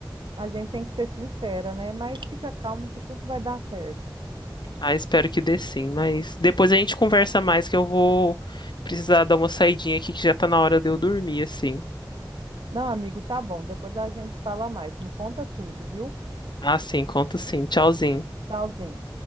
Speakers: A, on the right; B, on the left.
A: a gente tem que ser sincera, né? Mas fica calmo que tudo vai dar certo.
B: Ah, espero que dê sim. Mas depois a gente conversa mais, que eu vou precisar dar uma saidinha aqui, que já tá na hora de eu dormir, assim.
A: Não, amigo, tá bom. Depois a gente fala mais. Me conta tudo, viu?
B: Ah, sim, conto sim. Tchauzinho.
A: Tchauzinho.